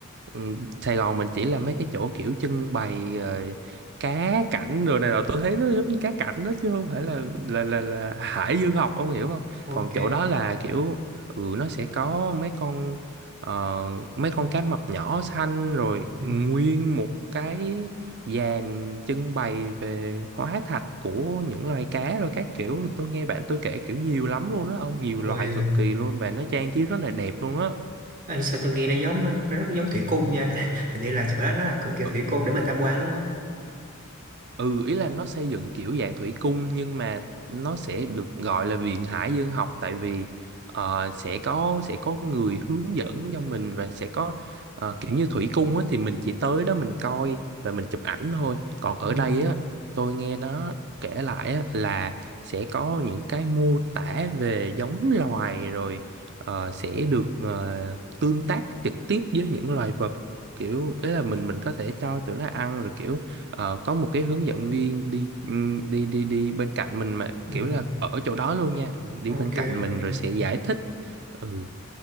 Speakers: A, on the right; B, on the right.
A: Ừ, Sài Gòn mình chỉ là mấy cái chỗ kiểu trưng bày rồi cá cảnh rồi này nọ tôi thấy nó giống như cá cảnh đó chứ không phải là là là là hải dương học ông hiểu không
B: ok
A: còn chỗ đó là kiểu ừ nó sẽ có mấy con ờ, mấy con cá mập nhỏ xanh rồi
B: ừ.
A: nguyên một cái dàn trưng bày về hóa thạch của những loài cá rồi các kiểu tôi nghe bạn tôi kể kiểu nhiều lắm luôn á ông nhiều
B: ôi
A: loài cực kỳ luôn và nó trang trí rất là đẹp luôn á
B: Ê, sao tôi nghe nó giống nó, nó rất giống thủy cung nha <laughs> hình như là chỗ đó nó là cũng kiểu
A: Ừ,
B: thủy cung để mình tham quan đúng không
A: Ừ, ý là nó xây dựng kiểu dạng thủy cung nhưng mà nó sẽ được gọi là viện hải dương học tại vì ờ, sẽ có sẽ có người hướng dẫn cho mình và sẽ có ờ, kiểu như thủy cung á, thì mình chỉ tới đó mình coi và mình chụp ảnh thôi. Còn ở
B: ừ,
A: đây á, tôi nghe nó kể lại á, là sẽ có những cái mô tả về giống loài rồi ờ, sẽ được ờ, tương tác trực tiếp với những loài vật kiểu ý là mình mình có thể cho tụi nó ăn rồi kiểu Ờ, có một cái hướng dẫn viên đi ừm, đi đi đi bên cạnh mình mà
B: ừ.
A: kiểu là ở chỗ đó luôn nha ừ, đi
B: ok
A: bên cạnh
B: ok
A: mình rồi sẽ giải thích ừ